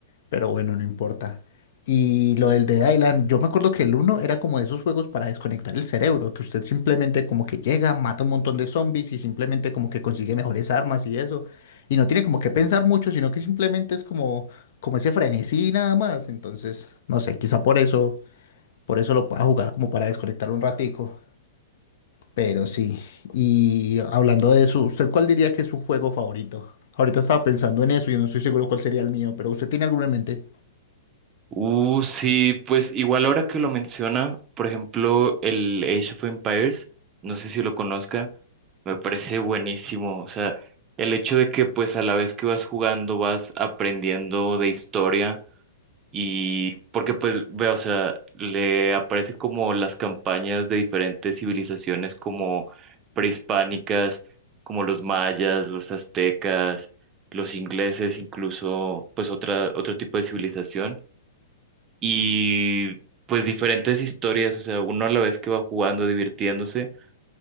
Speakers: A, on the left; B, on the right.
A: Pero bueno, no importa. Y lo del Dead Island, yo me acuerdo que el uno era como de esos juegos para desconectar el cerebro, que usted simplemente como que llega, mata un montón de zombies y simplemente como que consigue mejores armas y eso. Y no tiene como que pensar mucho, sino que simplemente es como, como ese frenesí nada más. Entonces, no sé, quizá por eso, por eso lo pueda jugar como para desconectar un ratico. Pero sí. Y hablando de eso, ¿usted cuál diría que es su juego favorito? Ahorita estaba pensando en eso y no estoy seguro cuál sería el mío, pero ¿usted tiene alguno en mente?
B: Uh, sí, pues igual ahora que lo menciona, por ejemplo, el Age of Empires, no sé si lo conozca, me parece buenísimo. O sea, el hecho de que pues a la vez que vas jugando vas aprendiendo de historia y porque pues veo, o sea, le aparecen como las campañas de diferentes civilizaciones como prehispánicas, como los mayas, los aztecas, los ingleses, incluso pues otra, otro tipo de civilización y pues diferentes historias, o sea, uno a la vez que va jugando, divirtiéndose,